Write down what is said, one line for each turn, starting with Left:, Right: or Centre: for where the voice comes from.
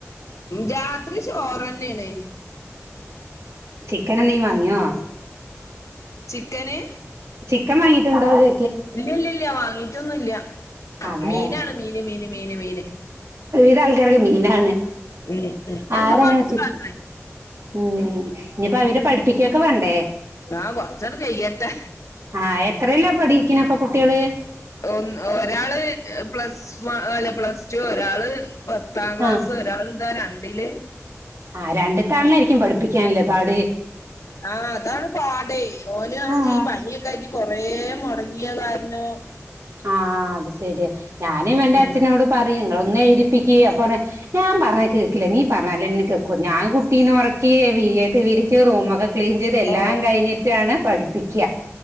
Left: രാത്രി ചോറന്നെണ്.
Right: വേറെ എന്തേം വാങ്ങിയോ?
Left: ചിക്കന്
Right: ചിക്കൻ വാങ്ങിയിട്ടുണ്ട് അത്
Left: ഇല്ല ഇല്ല ഇല്ല വാങ്ങീട്ടൊന്നുമില്ല
Right: അതെ
Left: മീനാണ് മീന് മീന് മീന് മീന്.
Right: ല ആൾക്കാർക്ക് മീനാണ്
Left: ഉം ഉം എന്താ
Right: ആരങ്ങനെ
Left: മോനെ ഇജ്ജ്
Right: ചി
Left: കാട്ട്ണേ
Right: ഉം ഇനിപ്പോ അവരെ പഠിപ്പി ഇയാക്ക് വാണ്ടേ?
Left: ആഹ് കോർച്ചട്ട് കഴിയട്ടെ
Right: ആഹ് എത്രലാ പഠിക്ണ പ്പൊ കുട്ട്യാള്?
Left: ഒൻ ഒരാള് പ്ലസ് വ പ്ലസ് ടു ഒരാള് പത്താം ക്ലാസ്സ്,
Right: ആഹ്
Left: ഒരാള് ഇതാ രണ്ട്ല്
Right: ആഹ് രണ്ട്ത്തെ ആളിനെയായിരിക്കും പഠിപ്പിക്കാനല്ലേ പാട്
Left: ആഹ് അതാണ് പാടെയ് ഓന്
Right: ആഹ്
Left: ഈ പനിക്കെ ആയിട്ട് കൊറെ മോടങ്ങിയ കാരണം
Right: ആഹ് അത് ശെരിയ ഞാന് ഇവന്റെ
Left: ഉം
Right: അച്ഛനോട് പറയും ഒന്നെ എഴുതിപ്പിക്കി അപ്പ പർഞ് ഞാൻ പറഞ്ഞ കേക്കില്ല നീ പറ എന്നാലെ കേക്കൂ ഞാൻ കുട്ടീനെ ഉറക്കി വിരിയൊക്കെ വിരിച്ച് റൂമൊക്കെ ക്ലീൻ ചെയ്ത് എല്ലാം
Left: ഓ
Right: കഴിഞ്ഞിട്ടാണ് പഠിപ്പിക്ക്യ